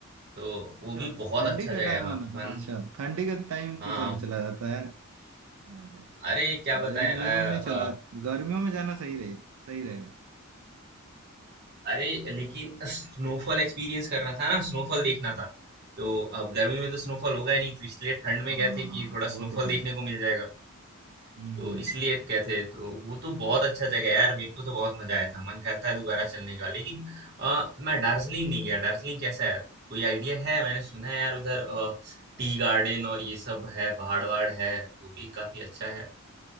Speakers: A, on the right; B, on the right.
A: तो वो
B: अच्छा
A: भी बहुत
B: ठंडी
A: अच्छा
B: का
A: जगह
B: टाइम
A: है हाँ
B: मना
A: मन
B: हाँ, अच्छा ठंडी का टाइम
A: हाँ
B: तो चल चला जाता है अरे
A: अरे क्या बताएं
B: गर्मियों
A: अ,
B: में चला
A: हाँ,
B: गर्मियों में जाना सही रहे सही रहेगा
A: अरे लेकिन स्नोफॉल एक्सपीरियंस करना था ना स्नोफॉल देखना था तो अब गर्मी में तो स्नोफॉल होगा ही नहीं तो इसलिए ठंड
B: हाँ
A: में गए थे कि थोड़ा
B: वो
A: स्नोफॉल
B: तो सही
A: देखने को मिल जाएगा
B: हम्म
A: तो इसलिए गए थे तो वो तो बहुत अच्छा जगह है यार मेरे को तो बहुत मजा आया था मन करता है दोबारा चलने का लेकिन अ, मैं दार्जिलिंग नहीं गया दार्जिलिंग कैसा है कोई आइडिया है मैंने सुना है यार उधर अ, टी गार्डन और ये सब है पहाड़ वहाड़ है वो भी काफी अच्छा है